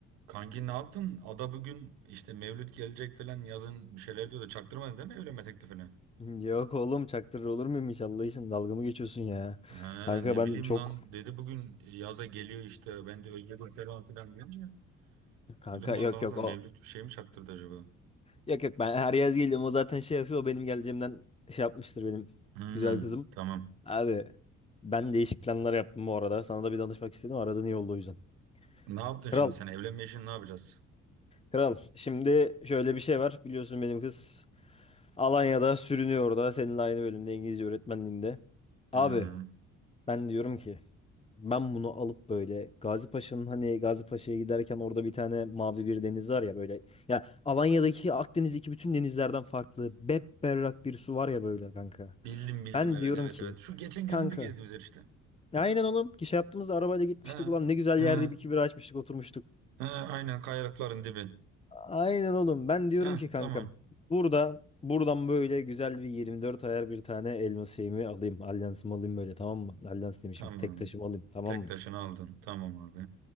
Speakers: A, on the right (about 75°); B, on the left (about 15°).
A: Kanki ne yaptın? Ada bugün işte Mevlüt gelecek falan yazın bir şeyler diyor da çaktırmadın değil mi evlenme teklifini?
B: <laughs> Yok oğlum çaktırır olur muyum hiç Allah için dalga mı geçiyorsun ya?
A: Ha,
B: Kanka
A: ne
B: ben
A: bileyim
B: çok
A: lan dedi bugün yaza geliyor işte ben de özledim falan filan diyorum
B: kanka
A: Dedim Allah
B: yok
A: Allah
B: yok
A: Mevlüt
B: o
A: bir şey mi çaktırdı acaba?
B: yok yok ben her yaz geliyorum o zaten şey yapıyor o benim geleceğimden şey yapmıştır benim
A: Hmm,
B: güzel kızım.
A: tamam.
B: Abi ben değişik planlar yaptım bu arada sana da bir danışmak istedim aradın iyi oldu o yüzden.
A: Ne yaptın
B: Kral
A: şimdi sen evlenme işini ne yapacağız?
B: kral şimdi şöyle bir şey var biliyorsun benim kız Alanya'da sürünüyor orada seninle aynı bölümde İngilizce öğretmenliğinde. Abi
A: Hmm,
B: ben diyorum ki Ben bunu alıp böyle Gazi Paşa'nın hani Gazi Paşa'ya giderken orada bir tane mavi bir deniz var ya böyle. Ya Alanya'daki Akdeniz'deki bütün denizlerden farklı bepberrak bir su var ya böyle kanka.
A: bildim bildim
B: Ben
A: evet
B: diyorum
A: evet
B: ki
A: evet. Şu geçen
B: kanka
A: geldiğinde gezdiğimiz yer işte.
B: ya aynen oğlum ki şey yaptığımızda arabayla gitmiştik
A: Ha,
B: ulan ne güzel
A: ha,
B: yerde bir iki bira açmıştık oturmuştuk.
A: ha, aynen kayalıkların dibi.
B: Aynen oğlum ben diyorum
A: Ha,
B: ki kankam
A: tamam
B: burada buradan böyle güzel bir 24 ayar bir tane elma şeyimi alayım alyansımı alayım böyle tamam mı? Alyans demişim
A: tamam.
B: tek taşımı alayım tamam
A: Tek
B: mı?
A: taşını aldın tamam abi.